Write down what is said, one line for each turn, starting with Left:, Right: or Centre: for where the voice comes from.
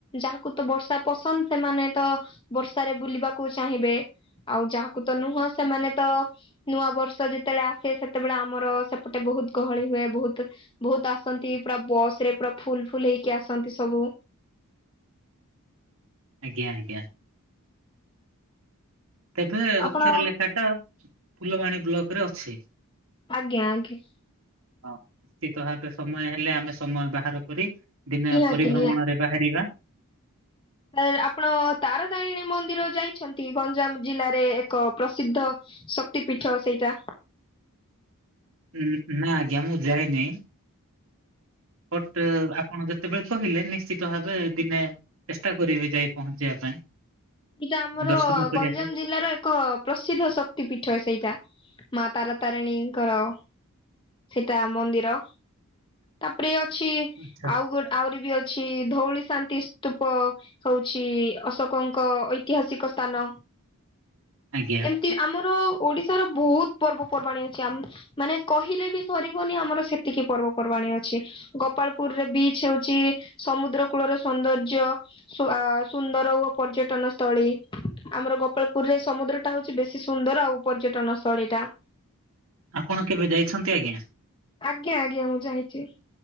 Left: ଯାହାକୁ ତ ବର୍ଷା ପସନ୍ଦ ସେମାନେ ତ ବର୍ଷାରେ ବୁଲିବାକୁ ଚାହିଁବେ ଆଉ ଯାହାକୁ ତ ନୁହଁ ସେମାନେ ତ-ଅ ନୂଆ ବର୍ଷ ଯେତେବେଳେ ଆସେ ସେତେବେଳେ ଆମର ସେପଟେ ବହୁତ ଗହଳି ହୁଏ ବହୁତ ବହୁତ ଆସନ୍ତି ପୁରା ବସ୍ ରେ ପୁରା ଫୁଲ ଫୁଲ ହେଇକି ଆସନ୍ତି ସବୁ।
Right: ଆଜ୍ଞା ଆଜ୍ଞା। ତେବେ ଅକ୍ଷର
Left: ଆପଣ
Right: ଲେଖା ଟା ଫୁଲବାଣୀ ବ୍ଲକରେ ଅଛି?
Left: ଆଜ୍ଞା ଆଜ୍ଞା।
Right: ହଁ ନିଶ୍ଚିତ ଭାବେ ସମୟ ହେଲେ ଆମେ ସମୟ ବାହାର କରି ଦିନେ
Left: ନିହାତି
Right: ପରିଭ୍ରମଣରେ ବାହାରିବା।
Left: ହେଲେ ଆପଣ ତାରା ତାରିଣୀ ମନ୍ଦିର ଯାଇଛନ୍ତି ଗଞ୍ଜାମ ଜିଲ୍ଲାରେ ଏକ ପ୍ରସିଦ୍ଧ ଶକ୍ତି ପୀଠ ସେଇଟା।
Right: ହୁଁ ହୁଁ ନା ଆଜ୍ଞା ମୁଁ ଯାଏନି। ବଟ ଆପଣ ଯ <unintelligible> କହିଲେ ନିଶ୍ଚିତ ଭାବେ ଦିନେ ଚେଷ୍ଟା କରିବି ଯାଇ ପହଞ୍ଚିବା ପାଇଁ।
Left: ଏଟା ଆମର-ଅ-ଅ
Right: ଦର୍ଶନ କରିବା
Left: ଗଞ୍ଜାମ
Right: ପାଇଁ
Left: ଜିଲ୍ଲାର ଏକ୍ କ ପ୍ରସିଦ୍ଧ ଶକ୍ତି ପୀଠ ସେଇଟା ମା ତାରାତାରିଣୀଙ୍କର। ସେଟା ମନ୍ଦିର। ତାପରେ ଅଛି
Right: ଆଚ୍ଛା
Left: ଆଉ ଗୋ ଆହୁରି ବି ଅଛି-ଇ-ଇ ଧଉଳି ଶାନ୍ତି ସ୍ତୂପ ହଉଛି-ଇ-ଇ ଅଶୋକ ଙ୍କ ଏକ ଐତିହାସିକ ସ୍ଥାନ।
Right: ଆଜ୍ଞା।
Left: ନ୍ତି ଆମର ଓଡିଶାର ବହୁତ ପର୍ବପର୍ବାଣି ଅଛି ଆମ ମାନେ କହିଲେ ବି ସରିବନି ଆମର ସେତିକି ପର୍ବପର୍ବାଣୀ ଅଛି। ଗୋପାଳପୁରରେ ବିଚ ହଉଛି। ସମୁଦ୍ର କୂଳରେ ସୌନ୍ଦର୍ଯ୍ୟ। ସୁ ଆ ସୁନ୍ଦର ଓ ପର୍ଯ୍ୟଟନ ସ୍ଥଳୀ। ଆମର ଗୋପାଳପୁରରେ ସମୁଦ୍ର ଟା ହଉଛି ବେଶୀ ସୁନ୍ଦର ଆଉ ପର୍ଯ୍ୟଟନ ସ୍ଥଳୀ ଟା।
Right: ଆପଣ କେବେ ଯାଇଛନ୍ତି ଆଜ୍ଞା?
Left: ଆଜ୍ଞା ଆଜ୍ଞା! ମୁଁ ଯାଇଚି।